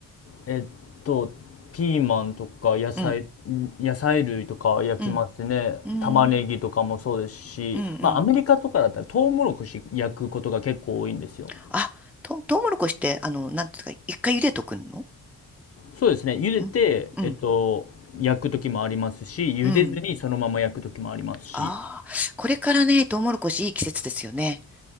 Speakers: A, on the left; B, in the centre.
A: えっと、ピーマンとか野菜、
B: うん。
A: ん野菜類とか焼きますね。
B: うんうん、
A: 玉ねぎとかもそうですし、
B: うん、うん。
A: まあ、アメリカとかだったら、トウモロコシ焼くことが結構多いんですよ。
B: あ、と、トウモロコシって、あの、なんですか、一回茹でとくの
A: そうですね。茹でて、
B: うん、うん、
A: えっと、焼く時もありますし、茹でずにそのまま焼く時もありますし、
B: うん。ああ、これからね、トウモロコシいい季節ですよね。